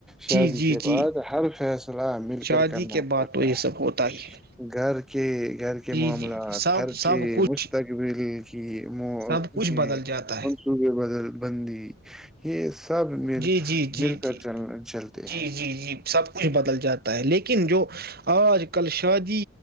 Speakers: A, in the centre; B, on the right.
A: شادی
B: جی جی
A: کے
B: جی
A: بعد ہر فیصلہ مل
B: شادی
A: کر کرنا
B: کے بعد
A: پڑتا
B: تو یہ
A: ہے
B: سب ہوتا ہی ہے
A: ب کہ <unintelligible> یار کے
B: جی
A: معاملہ
B: جی جی سب
A: خرچی
B: سب کچھ
A: مستقبل کی م
B: سب کچھ بدل جاتا
A: منصوبے
B: ہے
A: بدل بندی یہ سب مل
B: جی جی جی
A: مل کر
B: جی
A: چل چلتے
B: جی
A: ہیں
B: جی جی سب کچھ بدل ج جاتا ہے لیکن ن جو آوج <unintelligible> کل شادی